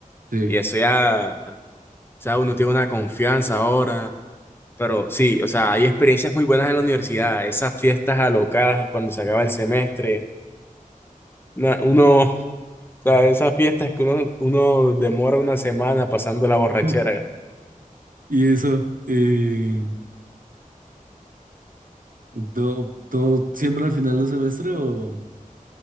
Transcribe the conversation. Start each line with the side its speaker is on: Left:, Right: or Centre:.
Right: Sí.
Left: y eso ya, o sea, uno tiene una confianza ahora, pero sí, o sea, hay experiencias muy buenas en la universidad, esas fiestas alocadas cuando se acaba el semestre, na- uno... sea, esas fiestas que uno, uno demora una semana pasando la borrachera,
Right: <laughs> ¿Y eso? eh, ¿todo, todo siempre al final del semestre o...?